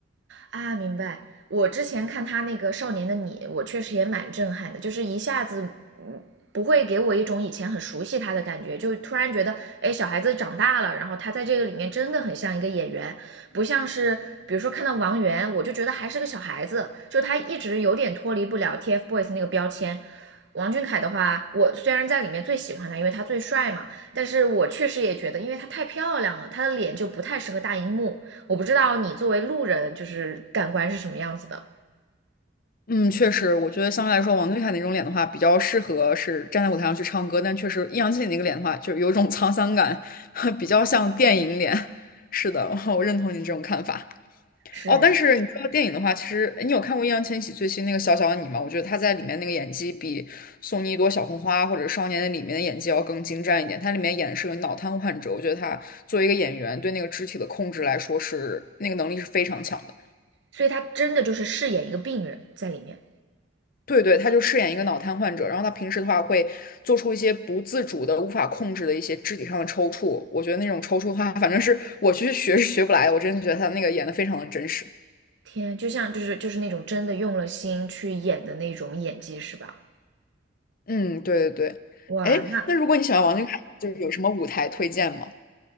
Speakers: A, on the right; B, on the left.
A: 啊，明白。我之前看他那个《少年的你》，我确实也蛮震撼的，就是一下子，嗯，不会给我一种以前很熟悉他的感觉，就突然觉得，哎，小孩子长大了，然后他在这个里面真的很像一个演员，不像是比如说看到王源，我就觉得还是个小孩子，就他一直有点脱离不了 TFBOYS 那个标签。王俊凯的话，我虽然在里面最喜欢他，因为他最帅嘛，但是我确实也觉得，因为他太漂亮了，他的脸就不太适合大荧幕。我不知道你作为路人就是感官是什么样子的，
B: 嗯，确实，我觉得相对来说，王俊凯那种脸的话，比较适合是站在舞台上去唱歌，但确实易烊千玺那个脸的话，就是有一种 <laughs> 沧桑感，<laughs> 比较像电影脸。是的，我认同你这种看法。
A: 是，
B: 哦，但是你说到电影的话，其实诶你有看过易烊千玺最新那个《小小的你》吗？我觉得他在里面那个演技比《送你一朵小红花》或者《少年》的》里面的演技要更精湛一点。他里面演的是个脑瘫患者，我觉得他作为一个演员，对那个肢体的控制来说是那个能力是非常强的。
A: 所以他真的就是饰演一个病人在里面。
B: 对对，他就饰演一个脑瘫患者，然后他平时的话会做出一些不自主的、无法控制的一些肢体上的抽搐。我觉得那种抽搐的话，反正是我去学是学不来的。我真的觉得他那个演的非常的真实。
A: 天，就像就是就是那种真的用了心去演的那种演技是吧？
B: 嗯，对对对。
A: 哇，
B: 哎，
A: 那
B: 那如果你喜欢王俊凯，就是有什么舞台推荐吗？